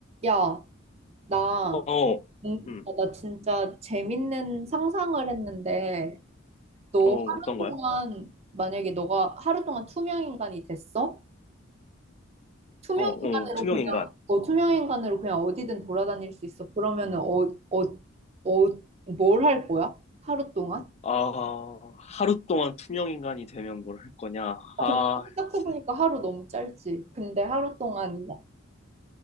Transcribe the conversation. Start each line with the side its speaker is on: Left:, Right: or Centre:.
Right: 야, 음, 나,
Left: 어,
Right: 음,
Left: 음,
Right: 아, 나 진짜 재밌는 상상을 했는데, 너
Left: 어,
Right: 하루
Left: 어떤
Right: 동안,
Left: 거야?
Right: 만약에 너가 하루 동안 투명인간이 됐어? 투명인간으로
Left: 어, 어, 투명인간.
Right: 그냥, 어, 투명인간으로 그냥 어디든 돌아다닐 수 있어. 그러면은, 어, 어, 어, 뭘 할 거야? 하루 동안?
Left: 아, 하루 동안 투명인간이 되면 뭘 할 거냐?
Right: 아,
Left: 아,
Right: 근데 생각해보니까
Left: 진-
Right: 하루 너무 짧지. 근데 하루 동안,